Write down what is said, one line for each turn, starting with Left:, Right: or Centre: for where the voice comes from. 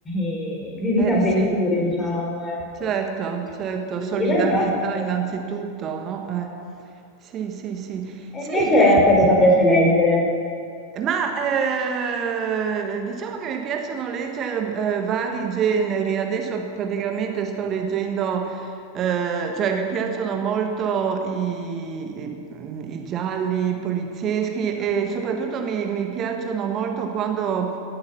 Left: <laughs> di disavventure,
Right: Eh sì.
Left: Sì, sì. diciamo, ecco.
Right: Certo, certo,
Left: In
Right: solidarietà
Left: realtà si riescono
Right: innanzitutto, no? Eh,
Left: a
Right: sì, sì, sì. Sì,
Left: e invece
Right: e-
Left: a te cosa piace leggere?
Right: ma eh, diciamo che mi piacciono leggere eh, vari generi. Adesso praticamente sto leggendo Ehm, cioè mi piacciono molto i i mhmm, i gialli polizieschi
Left: Ah,
Right: e soprattutto mi mi piacciono molto quando,